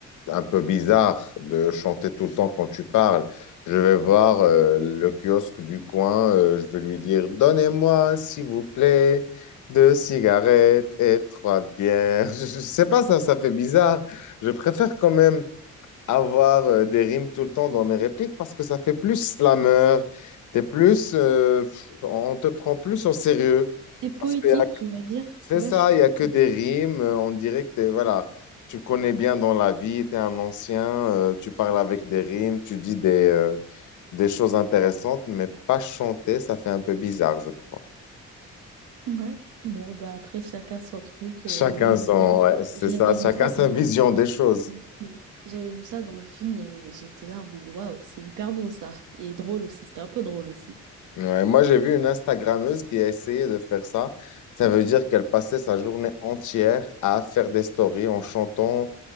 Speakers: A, on the left; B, on the right.
A: un peu bizarre de chanter tout le temps quand tu parles. Je vais voir euh, le kiosque du coin, euh, je vais lui dire, Donnez-moi, s'il vous plaît, deux cigarettes et trois bières. <laughs> Je, je sais pas, ça, ça fait bizarre. Je préfère quand même avoir euh, des rimes tout le temps dans mes répliques parce que ça fait plus slammer. T'es plus, euh, on te prend plus au sérieux.
B: C'est poétique,
A: Parce que
B: tu vas dire?
A: c'est
B: Ouais,
A: ça,
B: je comprends.
A: il n'y a que des rimes. euh, On dirait que t'es- voilà, tu connais bien dans la vie, tu es un ancien, euh, tu parles avec des rimes, tu dis des, euh, des choses intéressantes, mais pas chanter, ça fait un peu bizarre, je crois.
B: Ouais. Bon, bah après, chacun son truc. Euh,
A: Chacun
B: moi, en tout
A: son,
B: cas, j-
A: ouais, c'est
B: j'avais
A: ça, chacun
B: vu ça
A: sa
B: dans,
A: vision des choses.
B: dans le film. J'avais vu ça dans le film et j'étais là en mode waouh, c'est hyper beau ça. Et drôle aussi, c'était un peu drôle aussi.
A: Ouais, moi, j'ai vu une Instagrammeuse qui a essayé de faire ça. Ça veut dire qu'elle passait sa journée entière à faire des stories en chantant